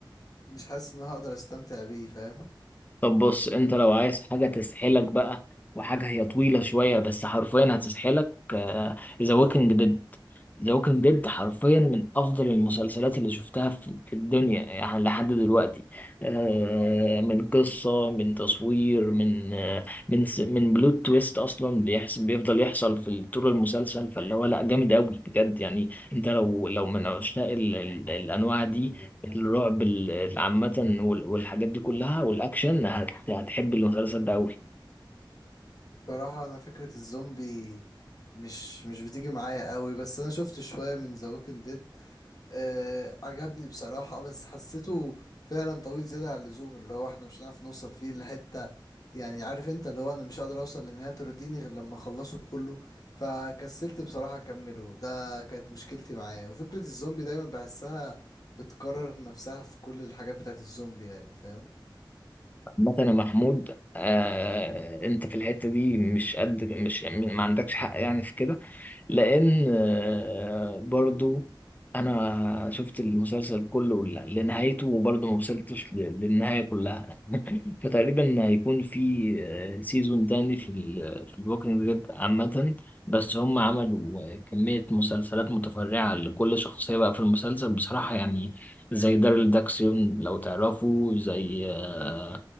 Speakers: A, on the left; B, on the left.
A: مش حاسس إن أنا هقدر أستمتع بيه فاهم
B: طب بص انت لو عايز حاجة تسحلك بقى وحاجة هي طويلة شوية بس حرفيا هتسحلك ذا ووكينج ديد ذا ووكينج ديد حرفيا من افضل المسلسلات اللي شفتها في في الدنيا يعني لحد دلوقتي آه، من قصه من تصوير من آه، من س- من بلوت تويست اصلا بيحصل بيفضل يحصل في ال- طول المسلسل فاللي هو لا جامد قوي بجد يعني انت لو لو من عشاق ال- ال- الانواع دي الرعب ال- عامه وال- والحاجات دي كلها والاكشن هت- هتحب المسلسل ده قوي
A: صراحة أنا فكرة الزومبي مش مش بتيجي معايا قوي بس أنا شفت شوية من ذا ووكينج ديد أه عجبني بصراحة بس حسيته فعلا طويل زيادة عن اللزوم اللي هو احنا مش هنعرف نوصل فيه لحتة يعني عارف انت اللي هو أنا مش هقدر أوصل لنهاية ترضيني غير لما أخلصه كله فكسلت بصراحة أكمله ده كانت مشكلتي معاه وفكرة الزومبي دايما بحسها بتكرر نفسها في كل الحاجات بتاعت الزومبي يعني فاهم
B: مثلا محمود آه انت في الحتة دي مش قد مش يعني ما عندكش حق يعني في كده لان آه، برضو انا شفت المسلسل كله ل- لنهايته وبرضو ما وصلتش ل- للنهاية كلها <laughs> فتقريبا هيكون في سيزون تاني في ال في الووكينج ديد عامة بس هم عملوا كمية مسلسلات متفرعة لكل شخصية بقى في المسلسل بصراحة يعني زي داريل داكسيون لو تعرفوا زي آه،